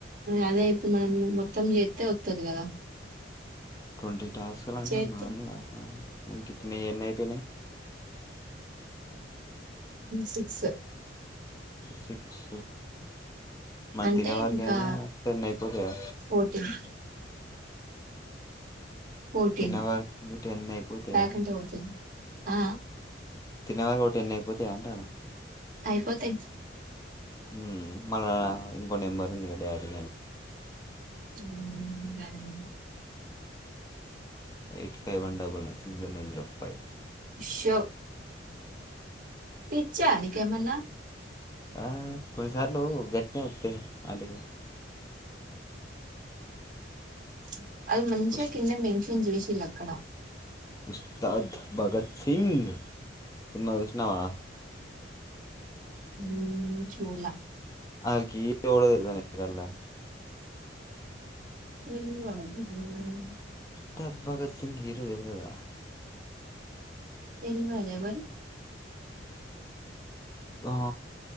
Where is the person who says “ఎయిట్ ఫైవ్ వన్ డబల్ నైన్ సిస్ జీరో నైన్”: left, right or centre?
Left